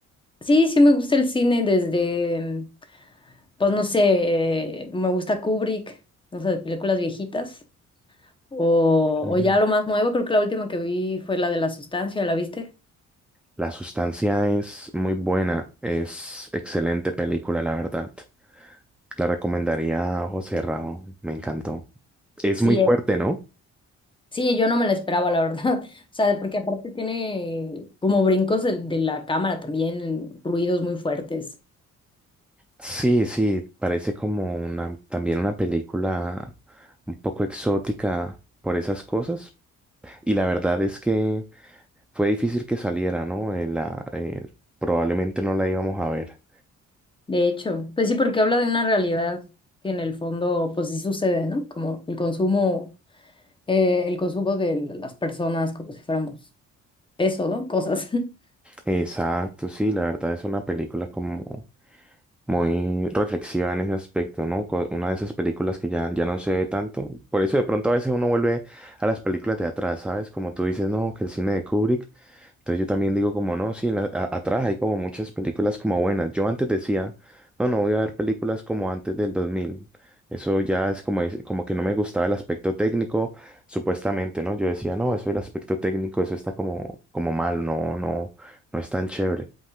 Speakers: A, on the left; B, in the centre.
A: Sí, sí me gusta el cine desde, pues no sé, eh, me gusta Kubrick, no sé, películas viejitas o,
B: Mm.
A: o ya lo más nuevo, creo que la última que vi fue la de La Sustancia, ¿la viste?
B: La sustancia es muy buena, es excelente película, la verdad. La recomendaría a ojo cerrado, me encantó. Es
A: Sí,
B: muy fuerte, ¿no?
A: Sí, yo no me la esperaba, la verdad. <laughs> O sea, porque aparte tiene como brincos de, de la cámara también, ruidos muy fuertes.
B: Sí, sí, parece como una, también una película un poco exótica por esas cosas. Y la verdad es que fue difícil que saliera, ¿no? Eh, la, eh, probablemente no la íbamos a ver.
A: De hecho, pues sí, porque habla de una realidad que en el fondo, pues sí sucede, ¿no? Como el consumo, eh, el consumo de las personas como si fuéramos eso, ¿no? Cosas. <laughs>
B: Exacto, sí, la verdad es una película como muy reflexiva en ese aspecto, ¿no? Co- Una de esas películas que ya, ya no se ve tanto. Por eso de pronto a veces uno vuelve a las películas de atrás, ¿sabes? Como tú dices, no, que el cine de Kubrick. Entonces yo también digo como, no, sí, la- a- atrás hay como muchas películas como buenas. Yo antes decía, no, no voy a ver películas como antes del 2000. Eso ya es como, es- como que no me gustaba el aspecto técnico, supuestamente, ¿no? Yo decía, no, eso el aspecto técnico, eso está como, como mal, no, no, no es tan chévere.